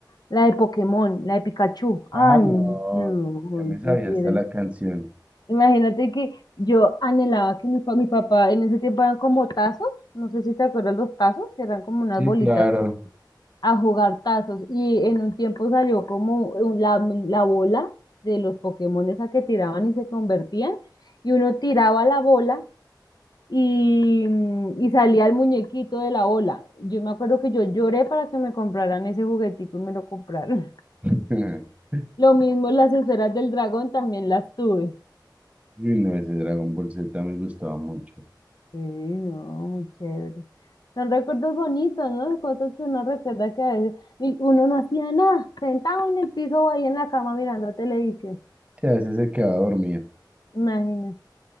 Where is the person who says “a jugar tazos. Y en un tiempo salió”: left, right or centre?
Left